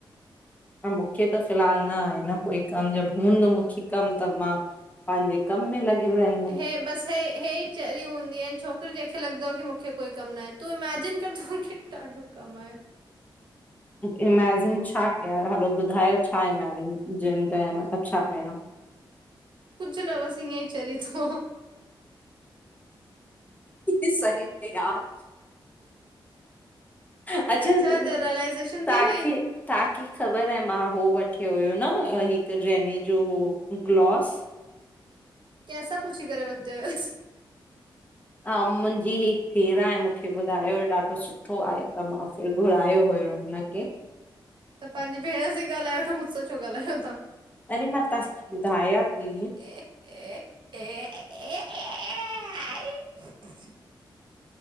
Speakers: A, on the left; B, on the right.
A: न मूंखे त फ़िलहाल न आहे न कोई कम, जब हूंदो मूंखे कमु त मां पांजे कम में लॻी वेंद
B: हे, बस हे हे चरी हूंदी आहिनि छोकिरी जंहिंखे लॻंदो आ की मूंखे कोई कमु ना आहे। तूं इमैजिन कर त मूंखे ॾाढो कम आहे।
A: इमैजिन छा कया? हलो ॿुधायो छा इमैजिन जिन कया? मतलबु छा कयां?
B: कुछु न बस इयं चरी थो।
A: हे सही में यार। अच्छा
B: छा
A: तव्हांखे
B: थियो रियलाइज़ेशन थी वई
A: तव्हांखे ख़बर आहे मां हो वठियो हुयो न, हिकु रैने जो हो ग्लॉस।
B: कैसां पुछी करेे वतो हुयो?
A: हा मुंहिंजी हिकु ॾेराणी मूंखे ॿुधायो हो ॾाढो सुठो आहे, त मां फिर घुरायो हुयो। हिनि खे
B: त पंहिंजी भेण सां ई ॻाल्हाए वठो, मूंसो छो गाल्हायो था?
A: अरे मां तांस ॿुधायां ती।
B: ए ए ए ए ए आई <unintelligible>